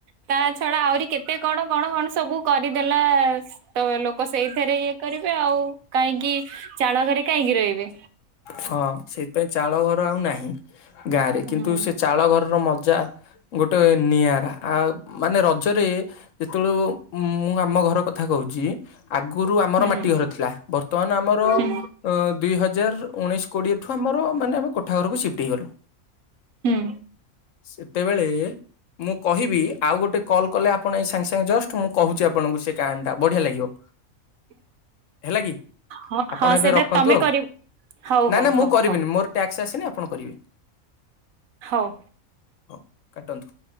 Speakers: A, on the right; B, on the left.
A: ତା ଛଡା ଆହୁରି କେତେ କଣ କଣ କଣ ସବୁ କରିଦେଲା। ତ ଲୋକ ସେଇଥିରେ ଇଏ କରିବେ ଆଉ କାହିଁକି ଚାଳ ଘରେ କାହିଁକି ରହିବେ।
B: ହଁ ସେଥିପାଇଁ ଚାଳ ଘର ଆଉ ନାହିଁ। ଗାଁରେ
A: ହୁଁ
B: କିନ୍ତୁ ସେ ଚାଳ ଘରର ମଜା। ଗୋଟେ ନିଆରା ଆ ମାନେ ରଜରେ ଯେତେବେଳୁ ମୁଁ ଆମ ଘର କଥା କହୁଛି। ଆଗରୁ ଆମର
A: ହୁଁ
B: ମାଟି ଘର ଥିଲା ବର୍ତ୍ତମାନ ଆମର
A: ହୁଁ
B: ଅ ଦୁଇ ହଜାର ହଜାର ଉଣେଇଶ କୋଡ଼ିଏଠୁ ଆମର ମାନେ ଆମେ କୋଠା ଘରକୁ ସି୍ଫ୍ଟ ହେଇଗଲୁ।
A: ହୁଁ।
B: ସେତେବେଳେ ମୁଁ କହିବି ଆଉ ଗୋଟେ କଲ୍ କଲେ ଆପଣ ଏଇ ସାଙ୍ଗେ ସାଙ୍ଗେ ଜଷ୍ଟ ମୁଁ କହୁଛି ଆପଣଙ୍କୁ ସେ କାହାଣୀଟା ବଢ଼ିଆ ଲାଗିବ।
A: <inaudible>
B: ହେଲା କି?
A: ହଁ
B: ଆପଣ
A: ହଁ
B: ଏବେ
A: ସେଇଟା
B: ରଖନ୍ତୁ
A: ତମେ
B: ଆଉ
A: କରିବ। ହଉ
B: ନା
A: ହଉ
B: ନା ମୁଁ
A: ହଉ
B: କରିବିନି
A: ହଉ
B: ମୋର ଟ୍ୟାକ୍ସ ଆସିନି ଆପଣ କରିବେ।
A: ହୋଉ।
B: ହୋଉ କାଟନ୍ତୁ।